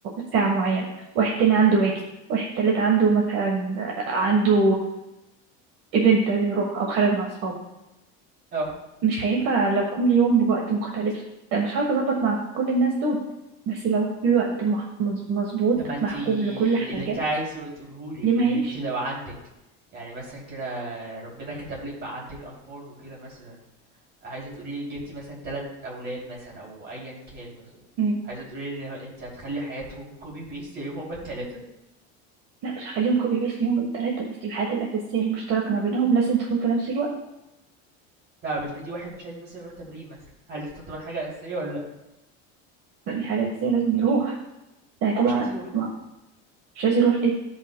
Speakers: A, on the right (about 50°); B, on the right (about 30°).
A: ساعة معينة واحد تاني عنده واجب واحد تالت عنده مثلا آه، عنده ايفنت لازم يروح أو خارج مع أصحابه
B: اه
A: مش هينفع لو كل يوم بوقت مختلف آه، مش عارفة أظبط مع كل الناس دول بس لو في وقت مح- مز- مظبوط
B: طب ما أنتِ
A: محكوم
B: اللي
A: لكل حاجة
B: أنتِ عايزه تقوله لي،
A: اليوم
B: اللي
A: هيمشي
B: أنتِ لو عندِك يعني مثلًا كده ربنا كتب لِك بقى عندِك أطفال وكده مثلًا، عايزة تقولي لي جبتِ مثلًا 3 أولاد مثلًا أو أيًا كان مثلًا،
A: مم.
B: عايزة تقولي لي إن أنتِ هتخلّي حياتهم copy paste زيهم هُم ال3؟
A: لا مش هخليهم كوبي بيس ليهم التلاتة بس الحاجات الأساسية المشتركة ما بينهم لازم تكون في نفس الوقت
B: طب افرضي واحد مش عايز مثلًا يروح تمرين مثلًا، هل دي تعتبر حاجة أساسية والّا لأ؟
A: لأ، دي حاجة أساسية لازم يروح ده طبعا
B: هو مش عايز يروح،
A: ما- مش عايز يروح ليه؟